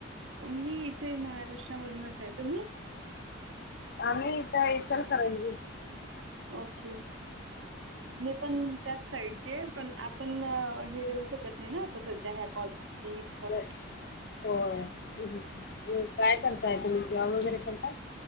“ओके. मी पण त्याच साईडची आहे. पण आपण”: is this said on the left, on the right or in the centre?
Right